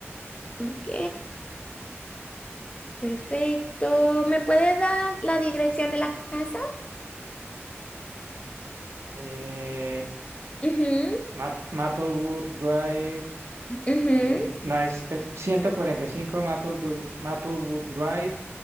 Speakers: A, on the left (about 25°); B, on the right (about 70°).
A: Ok, perfecto. ¿Me puede dar la dirección de la casa?
B: Eh,
A: Ujú,
B: Map- Maplewood Drive.
A: ujú,
B: eh, no, es, es ciento cuarenta y cinco Mapledu- Maplewood Drive,